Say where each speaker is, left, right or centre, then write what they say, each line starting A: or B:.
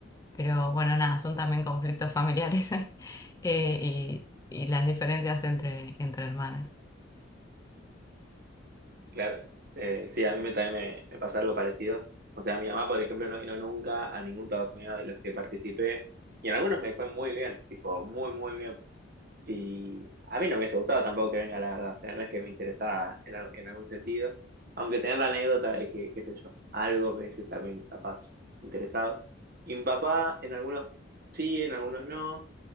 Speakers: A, on the left; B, on the right.
A: pero bueno, nada, son también conflictos familiares <laughs> eh, y, y las diferencias entre, entre hermanas.
B: Claro, Eh, sí, a mí me, también me, me pasa algo parecido. O sea, mi mamá, por ejemplo, no vino nunca a ningún torneo de los que participé y en algunos me fue muy bien, tipo, muy, muy bien. Y a mí no me hubiese gustado tampoco que venga, la verdad. O sea, no es que me interesaba en, al- en algún sentido, aunque tener la anécdota de que, qué sé yo, algo me dice también capaz interesado. Y mi papá, en algunos sí, en algunos no.